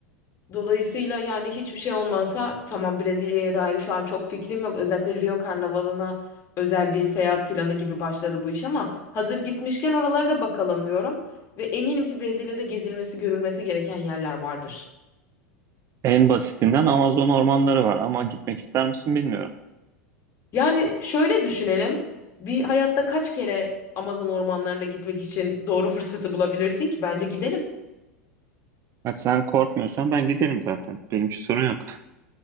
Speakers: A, on the left; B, on the right.
A: Dolayısıyla yani hiçbir şey olmasa tamam Brezilya'ya dair şu an çok fikrim yok. Özellikle Rio Karnavalı'na özel bir seyahat planı gibi başladı bu iş ama hazır gitmişken oralara da bakalım diyorum. Ve eminim ki Brezilya'da gezilmesi, görülmesi gereken yerler vardır.
B: En basitinden Amazon ormanları var ama gitmek ister misin bilmiyorum.
A: Yani şöyle düşünelim. Bir hayatta kaç kere Amazon ormanlarına gitmek için doğru fırsatı bulabilirsin ki? Bence gidelim.
B: Hadi sen korkmuyorsan ben giderim zaten. Benim için sorun yok.